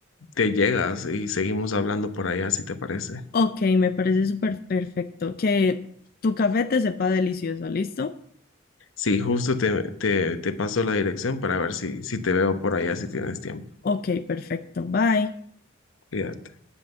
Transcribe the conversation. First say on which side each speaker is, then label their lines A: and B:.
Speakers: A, on the left; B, on the left.
A: te llegas y seguimos hablando por allá, si te parece.
B: Ok, me parece súper perfecto. Que tu café te sepa delicioso, ¿listo?
A: Sí, justo te, te, te paso la dirección para ver si, si te veo por allá, si tienes tiempo.
B: Ok, perfecto. Bye.
A: Cuídate.